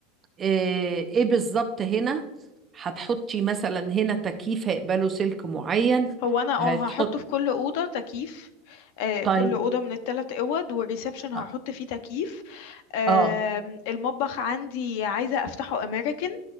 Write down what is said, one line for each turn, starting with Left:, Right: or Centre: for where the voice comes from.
Right: آه، ايه بالظبط هنا هتحطي مثلا هنا تكييف هيقبله سلك معين
Left: هو انا اه
Right: هتحط
Left: هحطه في كل اوضه تكييف آه
Right: طيب
Left: كل اوضه من الثلاث اوض والريسبشن هحط
Right: اه
Left: فيه تكييف آه
Right: آه.
Left: المطبخ عندي عايزه افتحه امريكان